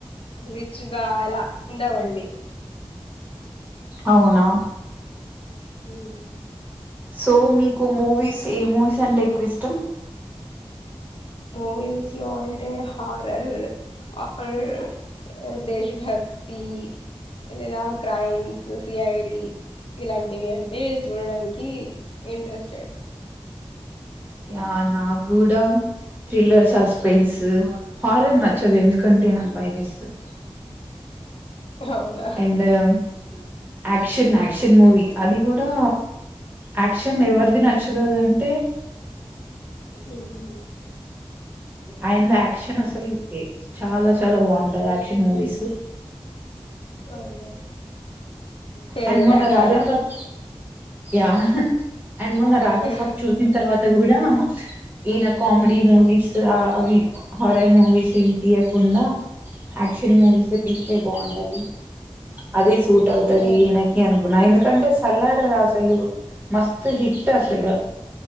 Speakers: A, on the left; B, on the right.
A: రిచ్గా అలా ఉండవండి
B: అవునా
A: ఊమ్
B: సో మీకు మూవీస్ ఏ మూవీస్ అంటే ఎక్కువ్ ఇష్టం
A: మూవీస్ లో అంటే హారర్ అ రర్ దేశ్భక్తి లేదా క్రైమ్స్ సిఐడి ఇలాంటివి అంటే చూడడానికి ఇంట్రెస్టేడ్
B: యా నాక్ కూడా థ్రిల్లర్ సస్పెన్స్ హారర్ నచ్చదు ఎందుకంటే నాక్ భయం ఏస్తది
A: అవునా
B: అండరమ్ యాక్షన్ యాక్షన్ మూవీ అది కూడా యాక్షన్ ఎవరిది నచుతది అంటే
A: ఊమ్
B: అయ్యిందా యాక్షన్ అసలుకి చాలా చాలా బావుంటది యాక్షన్ మూవీస్
A: అవునా ఫేవరెట్
B: అండ్ మొన్న
A: యాక్టరా
B: రాజా సబ్ యా అండ్ మొన్న రాజాసబ్
A: ఉమ్.
B: చూసిన్ తర్వాత కూడా ఈయన కామెడీ మూవీస్ అవి హారర్ మూవీస్ ఏంటి కుండా యాక్షన్ మూవీస్ ఏ తీస్తే బావుంటది అదే సూట్ అవ్తది
A: ఆ,
B: ఈయనకి అనుకున్నా ఎందుకంటే సల్లారు అసలు మస్త్ హిట్ అసలు